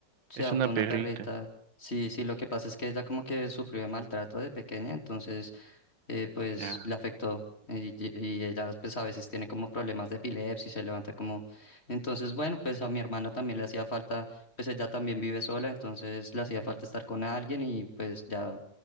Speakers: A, on the left (about 35°); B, on the right (about 80°).
A: se
B: es
A: adoptó
B: una
A: una
B: perrita.
A: perrita. Sí, sí, lo que pasa es que ella como que sufrió de maltrato de pequeña, entonces eh, pues
B: Ya.
A: le afectó eh, y, y ella pues a veces tiene como problemas de epilepsia y se levanta como... Entonces bueno, pues a mi hermana también le hacía falta, pues ella también vive sola, entonces le hacía
B: Ujú.
A: falta estar con alguien y pues ya